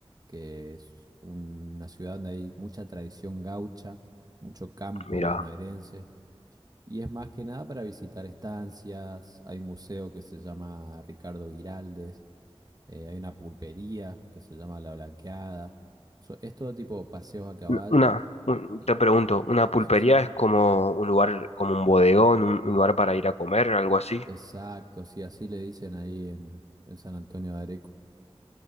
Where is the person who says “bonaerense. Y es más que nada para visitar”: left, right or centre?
Right